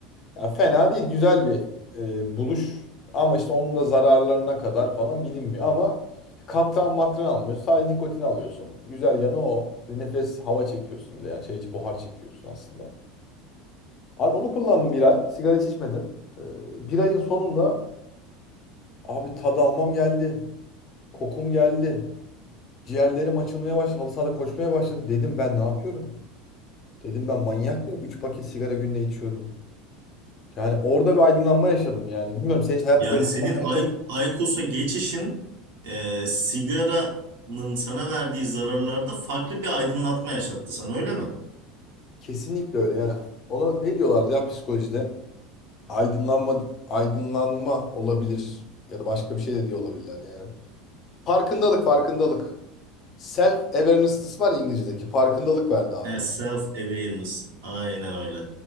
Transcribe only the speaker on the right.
Yani
senin
Ay
Aykos'a geçişin e, sigaranın sana verdiği zararlarda farklı bir aydınlatma yaşattı sana öyle mi?
self awareness. Aynen öyle.